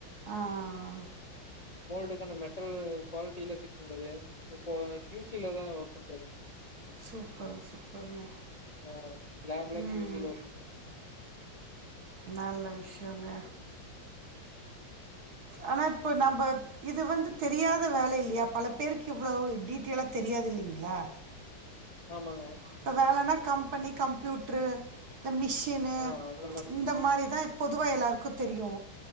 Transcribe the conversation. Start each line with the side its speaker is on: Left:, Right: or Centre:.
Right: ஆஹ்
Left: மோல்டுக்கான மெட்டல் குவாலிட்டியிலா செக் பண்றது இப்ப கியூசில தா ஒர்க் பண்ட்ருக்க
Right: சூப்பர் சூப்பருங்க
Left: ஆ லேப்ல
Right: உம்
Left: கியூ சி ல ஒர்க் பண்றது
Right: நல்ல விஷயோங்க ஆனா இப்ப நம்ம இது வந்து தெரியாத வேல இல்லையா பல பேருக்கு இவ்வளவு டீட்டெய்லா தெரியாது இல்லைங்களா
Left: ஆமாங்க
Right: இப்போ வேலன்னா கம்பெனி கம்ப்யூட்ரு ந்த மிஷினு
Left: ஆ அந்த மாரி
Right: இந்த மாரிதா இப் பொதுவா எல்லாருக்கு தெரியு